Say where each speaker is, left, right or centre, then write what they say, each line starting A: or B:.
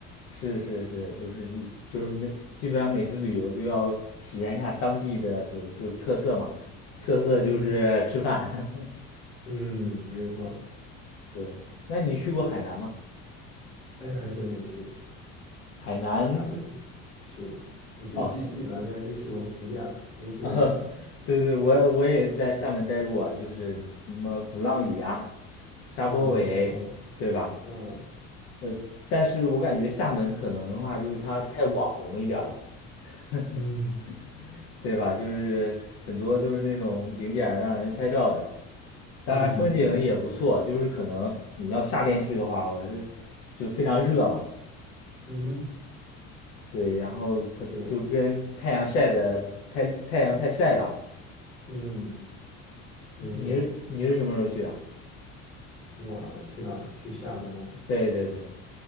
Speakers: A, on the left; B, on the left.
A: 是是是，就是你就是每基本上每次旅游都要体验一下当地的所就是特色嘛，特色就是吃饭。
B: 嗯嗯，没错。
A: <laughs> 对，那你去过海南吗？
B: 哎，还真没去过
A: 海南
B: 厦门，去过，我就去最南边就去过福建了没去过海南。
A: 哦，西 <laughs> 啊，对对，我也我也在厦门待过，就是什么鼓浪屿啊、沙坡尾，
B: 嗯
A: 对吧？
B: 嗯嗯
A: 呃，但是我感觉厦门可能的话，就是它太网红一点了，<laughs>
B: 嗯
A: 对吧？就是很多都是那种景点儿让人拍照的，当然风景也不错，
B: 嗯
A: 就是可能你要夏天去的话，我是就非常热嘛，
B: 嗯嗯哼，
A: 对，然后可就跟太阳晒的太太阳太晒了。
B: 是的，嗯，没错。
A: 你是你是什么时候去的？
B: 我去哪儿？去厦门吗？
A: 对对对，